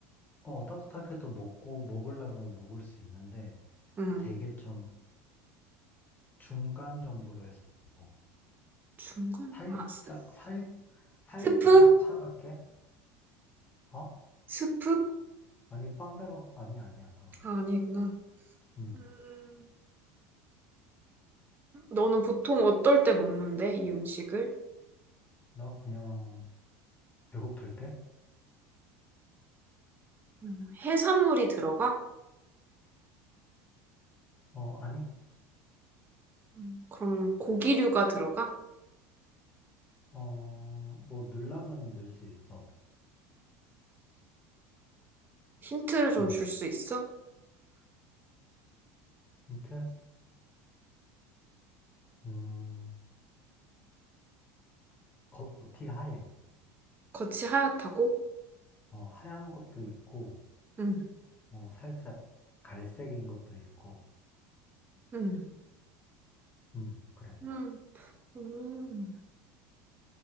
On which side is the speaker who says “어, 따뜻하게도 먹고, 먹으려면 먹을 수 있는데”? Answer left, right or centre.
Left